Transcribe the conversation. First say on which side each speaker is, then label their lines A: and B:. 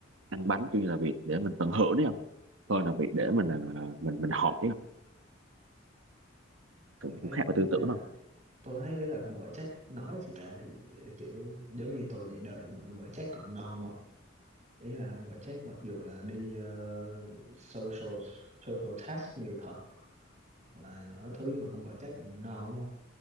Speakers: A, on the right; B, on the right.
A: ăn bánh tuy nhiên là việc để mình tận hưởng đấy không hơn là việc để mình à, mình mình học đấy không
B: vậy
A: cũng
B: cái
A: cũng khác ở tư tưởng
B: hay là
A: không
B: tôi thấy ấy là con vợ chắc nói thì ra thì kiểu giống như tôi dạy đời mà con vợ chắc còn non không ý là anh gọi check mặc dù là đi ờ, social social task nhiều thật hoặc là nói thứ nhưng mà con vợ check non đúng không